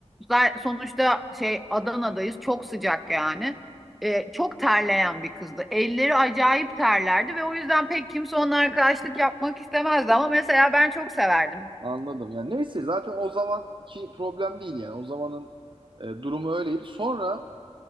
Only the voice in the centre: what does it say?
za- sonuçta şey Adana'dayız. Çok sıcak yani. E, çok terleyen bir kızdı. Elleri acayip terlerdi ve o yüzden pek kimse onunla arkadaşlık yapmak istemezdi. Ama mesela ben çok severdim.